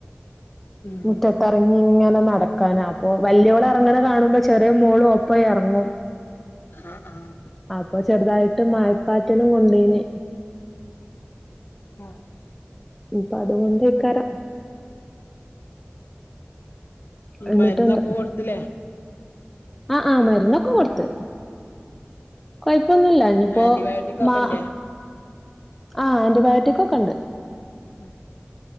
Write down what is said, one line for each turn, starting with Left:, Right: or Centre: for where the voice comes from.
Left: ഉം
Centre: മുറ്റത്തർങ്ങി ഇങ്ങനെ നടക്കാനാ ഓ വല്യോള് ഇറങ്ങണ കാണുമ്പോ ചെറിയ മോളും ഒപ്പം ഇറങ്ങും
Left: ആഹ് ആഹ്
Centre: അപ്പം ചെറുതായിട്ട് മഴപ്പാറ്റലും കൊണ്ടീനി
Left: ആഹ്
Centre: ഇപ്പം അത് കൊണ്ടയ്‌ക്കാരം എന്നിട്ട്ണ്ട്
Left: മരുന്നൊക്കെ കൊടുത്തിലെ
Centre: ആ ആ മരുന്നൊക്കെ കൊടുത്ത് കൊഴപ്പൊന്നുല്ല ഇനിയിപ്പോ
Left: ആന്റിബയോട്ടിക്കൊക്കെ
Centre: മാ
Left: ല്ലേ
Centre: ആ ആന്റിബയോട്ടിക് ഒക്കെ ഇണ്ട്
Left: ഉം